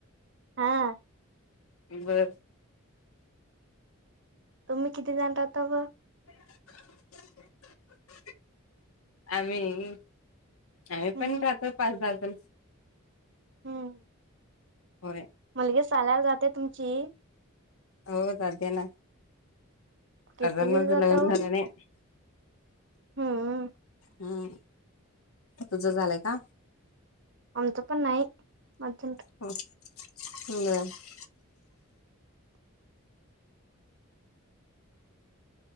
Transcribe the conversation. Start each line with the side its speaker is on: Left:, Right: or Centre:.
Right: हा.
Left: बर.
Right: तुम्ही किती जण राहता म?
Left: <unintelligible> आम्ही? आम्ही
Right: हम्म
Left: पण राहतोय पाच - दहा जण.
Right: हम्म
Left: होय.
Right: मुलगी शालाल जाते तुमची?
Left: हो जातेना.
Right: किती
Left: अजुन
Right: बिल
Left: मुलीचं
Right: जात
Left: लग्न झालं नाही.
Right: हं.
Left: हम्. तुझं झालंय का?
Right: आमचं पण नाही आजुन तर.
Left: हो. <unintelligible>